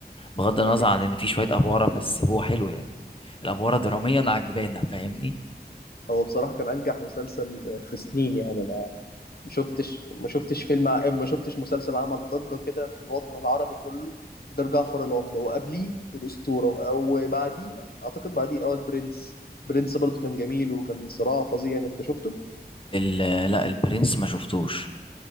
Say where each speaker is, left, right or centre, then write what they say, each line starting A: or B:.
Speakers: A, on the left; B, on the left.
A: بغض النظر
B: عجبك.
A: عن ان في شويه افواره بس هو حلو يعني الافواره دراميا عجبانه فاهمني
B: هو بصراحه كان انجح مسلسل في سنين يعني انا ما شفتش ما شفتش فيلم ع- ما شفتش مسلسل عمل ضجه كده في الوطن العربي كله غير جعفر العمدة وقبليه الاسطوره وبعديه اعتقد بعديه اه البرنس برنس برضو كان جميل وكان صراع فظيع يعني انت شفته؟
A: ال- لا البرنس ما شفتوش